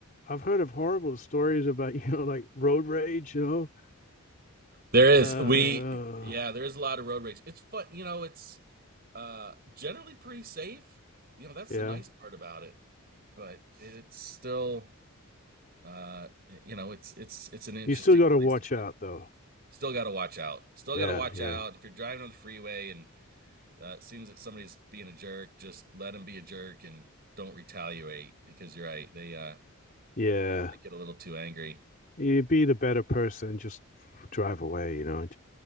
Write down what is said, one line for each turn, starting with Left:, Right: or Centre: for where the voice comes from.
Left: I've heard of horrible stories about <laughs> you know like road rage. You know,
Right: There is.
Left: uh, uh,
Right: We yeah, there is a lot of road rage. It's fun, you know, it's uh generally pretty safe. You know, that's
Left: yeah.
Right: the nice part about it. But it's still uh you know, it's it's it's an interesting
Left: You still got to
Right: place
Left: watch
Right: to be
Left: out
Right: living.
Left: though.
Right: Still got to watch out. Still
Left: Yeah,
Right: got to watch
Left: yeah,
Right: out. If you're driving on the freeway and uh, it seems that somebody's being a jerk, just let them be a jerk and don't retaliate because you're right. They uh
Left: yeah.
Right: might get a little too angry,
Left: You be the better person. Just drive away. You know.